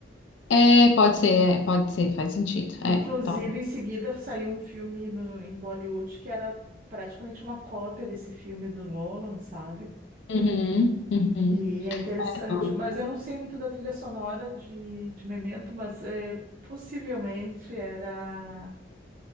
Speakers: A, on the left; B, on the right.
A: é, pode ser, é, pode ser, faz sentido. É,
B: Inclusive,
A: top.
B: em seguida saiu um filme no- em Bollywood que era praticamente uma cópia desse filme do Nolan, sabe?
A: Uhum, uhum.
B: E é interessante.
A: Não.
B: Mas eu não sei muito da trilha sonora de, de Memento, mas é, possivelmente era,